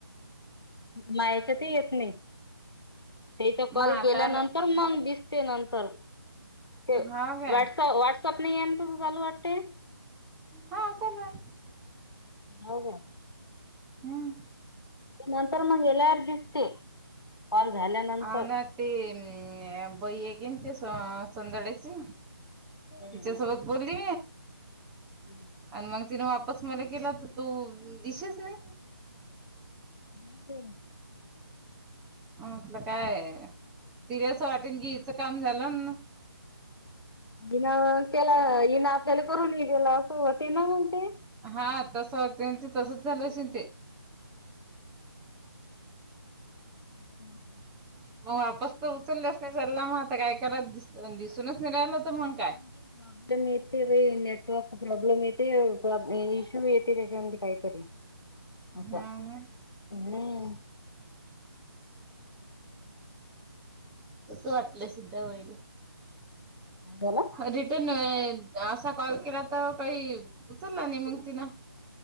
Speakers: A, on the left; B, in the centre.
A: मायाच्यात येत नाही. तेचा कॉल
B: मग आता
A: गेल्यानंतर
B: आला
A: मग दिसते नंतर ते
B: हा काय
A: वट्सप व्हॉट्सअप नाही आहे ना कस चालू वाटते
B: हा
A: <unintelligible>
B: आहे हम्म.
A: नंतर मग क्लिअर दिसते. कॉल झाल्यानंतर.
B: हा ना ते अ बही आहे केन ते संदळ्याची
A: हम्म
B: तिच्या सोबत बोलली
A: हम्म.
B: आणि मग तिने वापस मला केला तर तू दिशस नाही.
A: नाही.
B: अलं काय तिला अस वाटेल की हिचं काम झालं म्हणून
A: इन केला हन आपल्याला करून ये दिेला असंते ना मग ते.
B: हा तस त्यां तसच झालं असेल ते.
A: <inaudible>
B: मग वापस तर उचलल्याच नाही चचाला मग आता काय करातस दिसूनच नाही राहिला तर मग
A: ए
B: काय
A: प्रॉब्लेम येते नेटवर्क प्रॉब्लेम प्रॉब्लेम येते इश्यूी येते त्याच्यामध्ये काहीतरी. अस
B: हा
A: हम्म.
B: ना कस वाटलंय सिद्ध्या वहिणी?
A: काय झालं?
B: रिटर्न असा कॉल केला तर काही उचलला नाही मग तिन